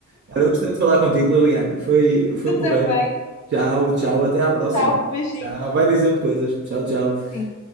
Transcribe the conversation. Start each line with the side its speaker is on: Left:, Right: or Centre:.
Right: Olha, eu gostei de falar contigo, Liliana. Foi, foi
Left: Tu
Right: porreiro.
Left: também.
Right: Tchau, tchau, até à próxima.
Left: Tchau, beijinho.
Right: Tchau, vai dizendo coisas. Tchau, tchau.
Left: Sim.